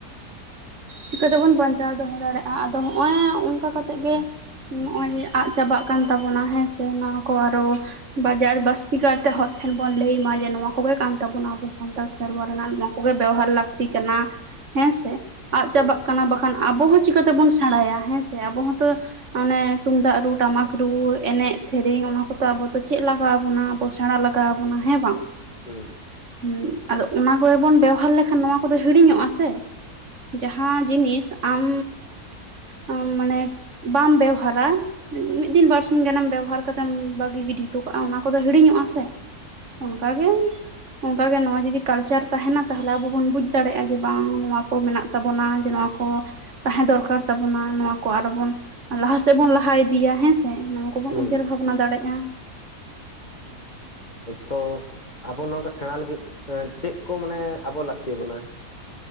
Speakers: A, on the right; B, on the left.
A: ᱪᱤᱠᱟᱹᱛᱮᱵᱚᱱ ᱵᱟᱧᱪᱟᱣ ᱫᱚᱦᱚ ᱫᱟᱲᱮᱭᱟᱜᱼᱟ ᱟᱫᱚ ᱦᱚᱸᱜᱼᱚᱭ ᱚᱱᱠᱟ ᱠᱟᱛᱮᱫ ᱜᱮ ᱱᱚᱜᱼᱚᱭ ᱡᱮ ᱟᱫ ᱪᱟᱵᱟᱜ ᱠᱟᱱ ᱛᱟᱵᱚᱱᱟ ᱦᱮᱸ ᱥᱮ ᱱᱚᱶᱟ ᱠᱚ ᱟᱨᱚ
B: ᱦᱳᱭ
A: ᱵᱟᱡᱟᱨ ᱵᱟᱥᱛᱤ ᱠᱟᱭᱛᱮ ᱦᱚᱲᱴᱷᱮᱱ ᱵᱚᱱ ᱞᱟᱹᱭ ᱢᱟ ᱡᱮ ᱱᱚᱶᱟ ᱠᱚᱜᱮ ᱠᱟᱱ ᱛᱟᱵᱚᱱᱟ ᱟᱵᱚ ᱥᱟᱱᱛᱟᱲ ᱥᱮᱨᱣᱟ ᱨᱮᱱᱟᱜ ᱱᱚᱶᱟ ᱠᱚᱜᱮ ᱵᱮᱣᱦᱟᱨ ᱞᱟᱹᱠᱛᱤ ᱠᱟᱱᱟ ᱦᱮᱸ ᱥᱮ ᱟᱫ
B: ᱦᱳᱭ
A: ᱪᱟᱵᱟᱜ ᱠᱟᱱᱟ ᱵᱟᱠᱷ ᱠᱷᱟᱱ ᱟᱵᱚᱦᱚᱸ ᱪᱤᱠᱟᱹᱛᱮᱵᱚᱱ ᱥᱮᱬᱟᱭᱟ ᱦᱮᱸ ᱥᱮ ᱟᱵᱚ ᱦᱚᱸᱛᱚ ᱚᱱᱮ ᱛᱩᱢᱫᱟᱜ ᱨᱩ ᱴᱟᱢᱟᱠ ᱨᱩ ᱮᱱᱮᱡ ᱥᱮᱨᱮᱧ ᱚᱱᱟ ᱠᱚᱫᱚ ᱟᱵᱚ ᱫᱚ ᱪᱮᱫ ᱞᱟᱜᱟᱣ ᱟᱵᱚᱱᱟ ᱵᱚ ᱥᱮᱬᱟ ᱞᱟᱜᱟᱣ ᱟᱵᱚᱱᱟ ᱦᱮᱸ ᱵᱟᱝ
B: ᱦᱩᱸ
A: ᱦᱸ ᱟᱫᱚ ᱚᱱᱟ ᱠᱚᱨᱮ ᱵᱚᱱ ᱵᱮᱣᱦᱟᱨ ᱞᱮᱠᱷᱟᱱ ᱱᱚᱣᱟ ᱠᱚᱫᱚ ᱦᱤᱲᱤᱧᱚᱜᱼᱟ ᱥᱮ ᱡᱟᱦᱟᱸ ᱡᱤᱱᱤᱥ ᱟᱢ ᱢᱟᱱᱮ ᱵᱟᱢ ᱵᱮᱣᱦᱟᱨᱟ ᱢᱤᱫ ᱫᱤᱱ ᱵᱟᱨᱥᱸᱤᱝ ᱜᱟᱱᱮᱢ ᱵᱮᱵᱚᱦᱟᱨ ᱠᱟᱛᱮᱢ ᱵᱷᱟᱹᱜᱤ ᱜᱤᱰᱤ ᱦᱚᱴᱚ ᱠᱟᱜᱼᱟ ᱚᱱᱟ ᱠᱚᱫᱚ ᱦᱤᱲᱤᱧᱚᱜᱼᱟ ᱥᱮ ᱚᱱᱠᱟ ᱜᱮ ᱚᱱᱠᱟ ᱜᱮ ᱱᱚᱶᱟ ᱡᱩᱫᱤ ᱠᱟᱞᱪᱟᱨ ᱛᱟᱦᱮᱱᱟ ᱛᱟᱦᱚᱞᱮ ᱟᱵᱚ ᱵᱚᱱ ᱵᱩᱡᱽ ᱫᱟᱲᱮᱭᱟᱜᱼᱟ ᱡᱮ ᱵᱟᱝ ᱱᱚᱶᱟ ᱠᱚ ᱢᱮᱱᱟᱜ ᱛᱟᱵᱚᱱᱟ ᱡᱮ ᱱᱚᱣᱟ ᱠᱚ ᱛᱟᱦᱮᱸ ᱫᱚᱨᱠᱟᱨ ᱛᱟᱵᱚᱱᱟ ᱱᱚᱶᱟ ᱠᱚ ᱟᱨᱚ ᱵᱚᱱ ᱞᱟᱦᱟ ᱥᱮᱫ ᱵᱚᱱ ᱞᱟᱦᱟ ᱤᱫᱤᱭᱟ ᱦᱮᱸ ᱥᱮ ᱱᱚᱶᱟ ᱠᱚᱵᱚᱱ
B: ᱦᱩᱸ
A: ᱩᱭᱦᱟᱹᱨ ᱵᱷᱟᱵᱱᱟ ᱫᱟᱲᱮᱭᱟᱜᱼᱟ
B: ᱛᱚ ᱟᱵᱚ ᱱᱚᱝᱠᱟ ᱥᱮᱬᱟ ᱞᱟᱹᱜᱤᱫ ᱪᱮᱫ ᱠᱚ ᱢᱟᱱᱮ ᱟᱵᱚ ᱞᱟᱹᱠᱛᱤ ᱵᱚᱱᱟ